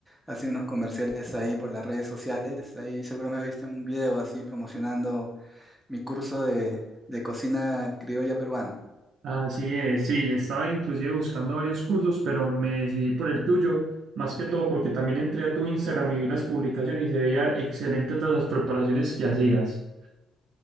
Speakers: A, in the centre; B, on the right.
A: hace unos comerciales ahí por las redes sociales. Ahí seguro me viste en un video así promocionando mi curso de, de cocina criolla peruana.
B: Así es, sí, estaba inclusive buscando varios cursos, pero me decidí por el tuyo, más que todo porque también entré a tu Instagram y vi las publicaciones y se veía excelente todas las preparaciones que hacías.